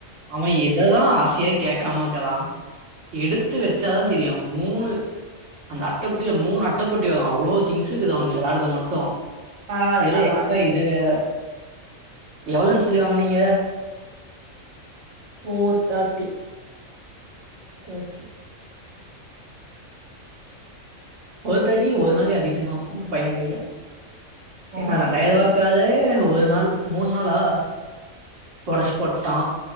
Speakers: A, on the right; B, on the right.
A: அவன் எததா ஆசையா கேக்காமகறான் எடுத்து வச்சாதா தெரியு மூணு அந்த அட்ட பெட்டில மூணு அட்டபெட்டி வரோ அவ்ளோ திங்ஸுகிது அவன்து வெளாடுது மட்டு
B: பரவால்ல
A: இதுல
B: பரவால்ல
A: எக்ஸ்ட்ரா இது வேற எவ்ளோன் சொல்லி வாங்குனீங்க
B: ஃபோர் தேட்டி
A: ஃபோர் தேட்டி ஓகே ஃபோர் தேட்டி ஒரு நாளே அதிகந்தா உங்க பையங்கைல
B: பரவால்ல
A: என்ன ரெண்டாயரூபாக்காகவே
B: பரவால்ல
A: ஒரு நாள் மூண் நாளா ஒடச்சி போட்டா